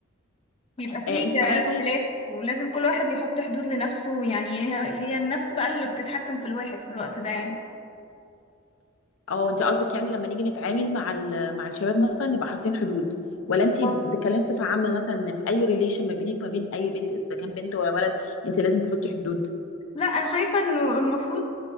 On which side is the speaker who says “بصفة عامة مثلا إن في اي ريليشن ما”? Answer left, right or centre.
Left